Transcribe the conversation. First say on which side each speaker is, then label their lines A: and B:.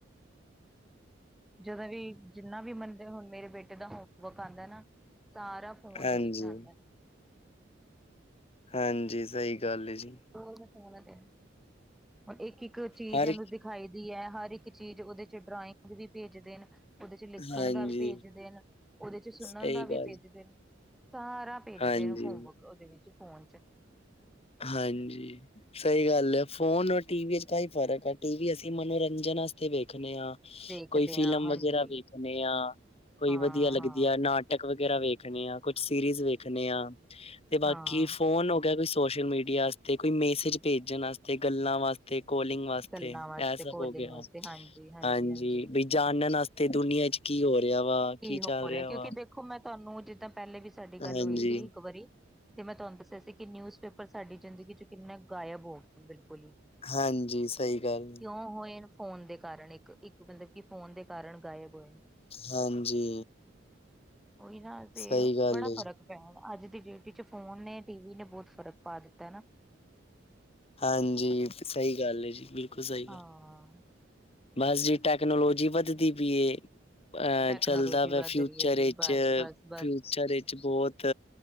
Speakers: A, in the centre; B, on the left (about 30°).
A: ਜਦੋਂ ਵੀ ਜਿੰਨਾ ਵੀ ਮੰਨਦੇ ਹੁਣ ਮੇਰੇ ਬੇਟੇ ਦਾ ਹੋਮਵਰਕ ਆਉਂਦਾ ਨਾ ਸਾਰਾ ਫੋਨ
B: ਹਾਂਜੀ,
A: ਦੇ ਵਿੱਚ ਆਂਦਾ।
B: ਹਾਂਜੀ ਸਹੀ ਗੱਲ ਜੀ।
A: ਰੁੰਮ ਚ ਫੋਨ ਐ ਦੇ। ਹੁਣ ਇੱਕ ਇੱਕ ਚੀਜ਼
B: ਹਰ
A: ਇਹਨੂੰ ਦਿਖਾਈ ਦੀ ਹੈ, ਹਰ ਇੱਕ ਚੀਜ਼ ਉਹਦੇ ਚ ਡਰਾਇੰਗ ਵੀ ਭੇਜਦੇ ਨੇ। ਉਹਦੇ ਚ ਲਿਖਣ
B: ਹਾਂਜੀ,
A: ਦਾ ਵੀ ਭੇਜਦੇ ਨੇ, ਉਹਦੇ ਚ ਸੁਣਨ
B: ਸਹੀ
A: ਦਾ
B: ਗੱਲ
A: ਵੀ ਭੇਜਦੇ ਨੇ, ਸਾਰਾ ਭੇਜਦੇ
B: ਹਾਂਜੀ।
A: ਏ ਹੋਮਵਰਕ, ਉਹਦੇ ਵਿੱਚ ਫੋਨ ਚ।
B: ਹਾਂਜੀ ਸਹੀ ਗੱਲ ਹੈ, ਫੋਨ ਔਰ ਟੀਵੀ ਚ ਕਈ ਫ਼ਰਕ ਆ, ਟੀ ਵੀ ਅਸੀਂ ਮਨੋਰੰਜਨ ਵਾਸਤੇ ਵੇਖਣੇ ਆਂ।
A: ਦੇਖਦੇ
B: ਕੋਈ ਫਿਲਮ
A: ਆ ਹਾਂਜੀ।
B: ਵਗੈਰਾ ਵੇਖਣੇ ਆ ਕੋਈ
A: ਹਾਂ-ਹਾਂ,
B: ਵਧੀਆ ਲੱਗਦੀ
A: ਹਾਂ
B: ਆ ਨਾਟਕ ਨਾਟਕ ਵਗੈਰਾ ਵੇਖਣੇ ਆ, ਕੁਛ ਸੀਰੀਜ਼ ਵੇਖਣੇ ਆ, ਤੇ ਬਾਕੀ
A: ਹਾਂ
B: ਫੋਨ ਹੋ ਗਿਆ, ਕੁਛ ਸੋਸ਼ਲ ਮੀਡੀਆ ਵਾਸਤੇ, ਕੋਈ ਮੈਸੇਜ ਭੇਜਣ ਵਾਸਤੇ, ਗੱਲਾਂ ਵਾਸਤੇ ਤੇ ਕੋਲਿੰਗ ਵਾਸਤੇ,
A: ਗੱਲਾਂ
B: ਇਹ
A: ਵਾਸਤੇ
B: ਸਭ
A: ਕੋਲਿੰਗ
B: ਹੋ ਗਿਆ,
A: ਵਾਸਤੇ ਹਾਂਜੀ-ਹਾਂਜੀ-ਹਾਂਜੀ।
B: ਹਾਂਜੀ ਜਾਣਨ ਵਾਸਤੇ, ਦੁਨੀਆਂ ਚ ਕੀ ਹੋ ਰਿਹਾ ਵਾ।
A: ਕੀ ਹੋ
B: ਚੱਲ
A: ਪੜੇ,
B: ਰਿਹਾ
A: ਕਿਉਂਕਿ
B: ਵਾ।
A: ਦੇਖੋ ਮੈਂ ਤੁਹਾਨੂੰ ਜਿਦਾਂ ਪਹਿਲੇ ਵੀ ਸਾਡੀ
B: ਹਾਂਜੀ,
A: ਗੱਲ ਹੋਈ ਸੀ ਇੱਕ ਵਾਰੀ, ਤੇ ਮੈਂ ਤੁਹਾਨੂੰ ਦੱਸਿਆ ਸੀ ਕਿ ਨਿਊਜ਼ ਪਰ ਸਾਡੀ ਜ਼ਿੰਦਗੀ ਚ ਕਿੰਨੇ ਗਾਇਬ ਹੋ ਗਏ, ਬਿਲਕੁਲ ਹੀ
B: ਹਾਂਜੀ ਸਹੀ ਗੱਲ
A: ਕਿਉਂ ਹੋਏ ਨੇ ਫੋਨ ਦੇ ਕਾਰਨ ਇੱਕ, ਇੱਕ ਮਤਲਬ ਕਿ ਫੋਨ ਦੇ ਕਾਰਨ ਗਾਇਬ ਹੋਏ
B: ਹਾਂਜੀ
A: ਉਹੀ ਨਾ ਤੇ,
B: ਸਹੀ ਗੱਲ
A: ਬੜਾ
B: ਏ ਜੀ।
A: ਫ਼ਰਕ ਅੱਜ ਦੀ ਡੇਟ ਵਿੱਚ, ਫੋਨ ਨੇ, ਟੀ ਵੀ ਨੇ, ਬਹੁਤ ਫਰਕ ਪਾ ਦਿੱਤਾ ਨਾ।
B: ਹਾਂਜੀ ਸਹੀ ਗੱਲ ਹੈ ਜੀ, ਬਿਲਕੁਲ ਸਹੀ
A: ਹਾਂ
B: ਗੱਲ ਬਸ ਜੀ, ਟੈਕਨੋਲੋਜੀ ਵਧਦੀ ਪਈ ਐ। ਅਹ
A: ਟੈਕਨੋਲੋਜੀ
B: ਚੱਲਦਾ ਪਿਆ
A: ਵੱਧ
B: ਫਿਊਚਰ
A: ਰਹੀ ਹੈ ਜੀ
B: ਇਚ
A: ਬਸ ਬਸ ਬਸ।
B: ਫਿਊਚਰ ਇਚ ਬਹੁਤ,